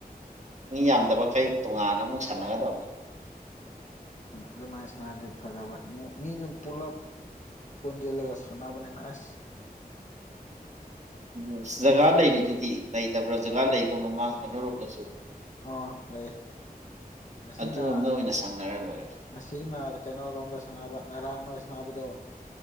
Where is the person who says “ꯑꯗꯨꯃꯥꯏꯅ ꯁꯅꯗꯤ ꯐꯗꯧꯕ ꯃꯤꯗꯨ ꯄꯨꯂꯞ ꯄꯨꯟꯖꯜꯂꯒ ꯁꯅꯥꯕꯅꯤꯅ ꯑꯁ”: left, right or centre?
Left